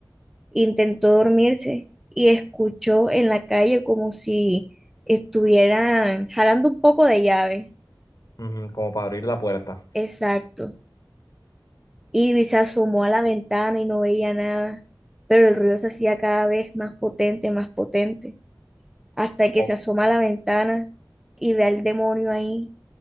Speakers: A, in the centre; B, on the left.
A: intentó dormirse y escuchó en la calle como si estuvieran jalando un poco de llave.
B: Ujú, Como para abrir la puerta.
A: Exacto. Ivy se asomó a la ventana y no veía nada, pero el ruido se hacía cada vez más potente, más potente, hasta que
B: Oh,
A: se asoma a la ventana y ve al demonio ahí